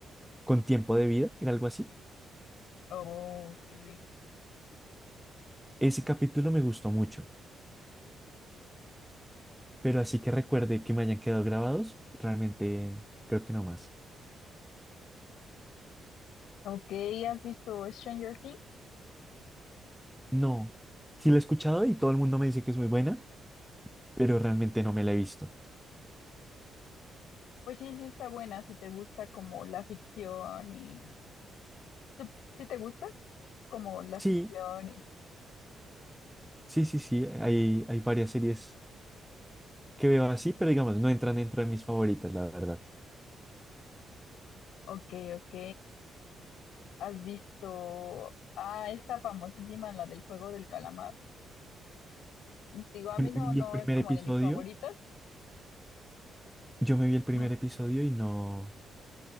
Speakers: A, in the centre; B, on the left.
A: con tiempo de vida, era algo así.
B: Oh, ok, ok.
A: Ese capítulo me gustó mucho. Pero así que recuerde que me hayan quedado grabados, realmente creo que no más.
B: Ok, ¿has visto Stranger Things?
A: No, sí la he escuchado y todo el mundo me dice que es muy buena, pero realmente no me la he visto.
B: Pues sí, sí está buena, si te gusta como la ficción y... ¿Tú- ¿Sí te gusta? Como la
A: Sí,
B: ficción y...
A: sí, sí, sí, hay, hay varias series que veo así, pero digamos, no entran dentro de mis favoritas, la verdad.
B: Ok, ok. ¿Has visto a esta famosísima, la del juego del calamar? Digo, a
A: Me
B: mí no,
A: me
B: no
A: vi el primer
B: es como
A: episodio,
B: de mis favoritas.
A: yo me vi el primer
B: Ah,
A: episodio y no,